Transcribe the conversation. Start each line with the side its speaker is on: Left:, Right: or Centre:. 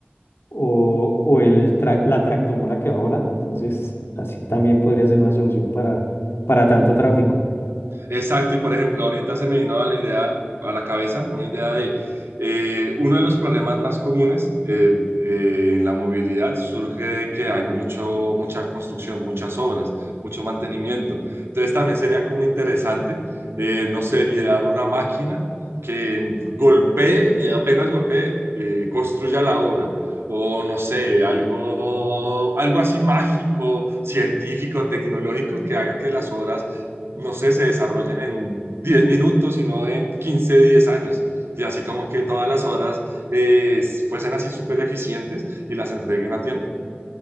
Left: o, o el tra- la tractomula que va volando. Entonces, así también podría ser una solución para, para tanto tráfico.
Right: Exacto, y por ejemplo, ahorita se me vino a la idea, a la cabeza, una idea de eh, uno de los problemas más comunes eh, eh, en la movilidad surge de que hay mucho, mucha construcción, muchas obras, mucho mantenimiento. Entonces también sería como interesante, eh, no sé, idear una máquina que golpee y apenas golpee, eh, construya la obra. O no sé, algo, algo así mágico, científico, tecnológico que haga que las obras no sé, se desarrollen en 10 minutos, sino en 15 10 años. Y así como que todas las horas eh, fuesen así súper eficientes y las entreguen a tiempo.